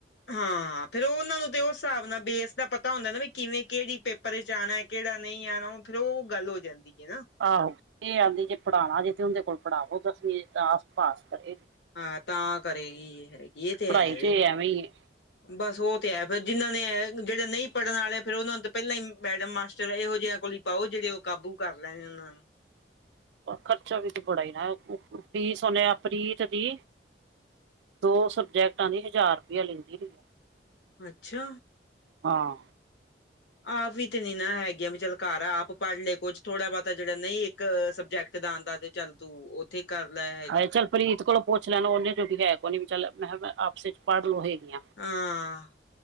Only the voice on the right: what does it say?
ਆਹੋ, ਇਹ ਆਂਦੀ ਜੇ ਪੜ੍ਹਾਣਾ ਜੇ, ਤੇ ਉਹੰਦੇ ਕੋਲ ਪੜ੍ਹਾਵੋ ਦਸਵੀਂ, ਦਸ ਪਾਸ ਕਰੇ।
ਪੜਾਈ
ਐਵੇਂ ਹੀ ਹੈ
ਓਰ ਖਰਚਾ ਵੀ ਤੇ ਬੜਾ ਏਨਾ, ਫੀਸ ਓਹਨੇ ਆ ਪ੍ਰੀਤ ਦੀ ਦੋ ਸਬਜੈਕਟਾਂ ਦੀ ਹਜ਼ਾਰ ਰੁਪਇਆ ਲੈਂਦੀ ਰਹੀ।
ਹਾਂ।
ਹਾਏ ਚੱਲ ਪ੍ਰੀਤ ਕੋਲੋਂ ਪੁੱਛ ਲੈਣ ਉਹਨੇ ਜੋਗੀ ਹੈ ਕੋਨੀ, ਵੀ ਚੱਲ 'ਮੈਂ'ਕਿਹਾ ਆਪਸੇ'ਚ ਪੜ੍ਹ ਲਓ ਹੇਗੀਆਂ।